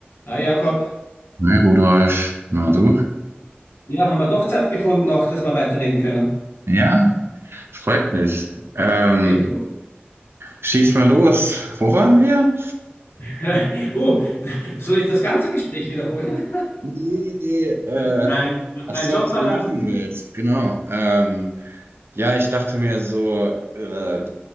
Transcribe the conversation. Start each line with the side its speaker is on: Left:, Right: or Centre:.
Left: Hi Jakob.
Right: Hi Rudolf, na du?
Left: Ja, haben wir doch Zeit gefunden noch, dass wir weiterreden können.
Right: Ja, freut mich. Ähm,
Left: Ebenso.
Right: schieß mal los. Wo waren wir?
Left: <laughs> Uh, soll ich das ganze Gespräch wiederholen?
Right: Nee, nee, äh,
Left: <laughs> Nein, m-
Right: ach
Left: meinen
Right: so,
Left: Job
Right: was
Left: verlassen.
Right: du machen willst, genau. Ähm, ja, ich dachte mir so, äh,